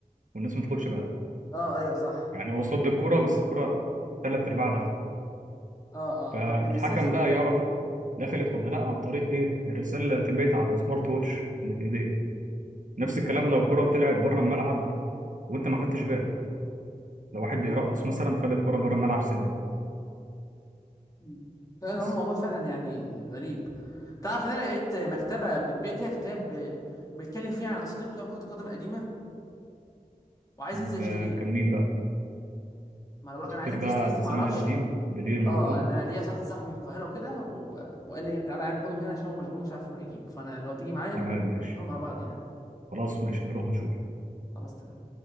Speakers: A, on the right; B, on the left.
A: والناس ما تاخدش بالها
B: اه ايوه صح
A: يعني هو صد الكورة بس الكورة تلات أرباع دخل
B: اه
A: فالحكم
B: اه فالسنسور
A: بقى
B: بيبين
A: يعرف دخلت ولا لا عن طريق ايه الرساله اللي هتبعت على السمارت ووتش اللي في ايديه نفس
B: امم
A: الكلام لو الكرة طلعت بره الملعب وانت ما خدتش بالك لو واحد
B: امم
A: بيرقص مثلا خد الكرة بره الملعب سنة
B: أمم. فعلا
A: بس
B: هو الموضوع فعلا يعني غريب تعرف ان انا لقيت مكتبه بتبيع كده كتاب ب- بيتكلم فيه عن الاساطير بتوع كره القدم القديمه وعايز
A: ده
B: انزل اشتريه
A: كان مين بقى
B: ما انا بقولك
A: عصافير
B: انا عايز انزل
A: بقى
B: اشتريه بس
A: الزمن
B: ما اعرفش
A: القديم بيليه مارادونا
B: اه انا ليا واحد صاحبي في القاهره وكده و... وقال لي تعالى يعني خده من هنا عشان هو مشغول مش عارف يروح يجيب فانا لو تيجي معايا
A: تمام ماشي
B: نروح مع بعض يعني
A: خلاص ماشي نروح نشوف
B: خلاص تمام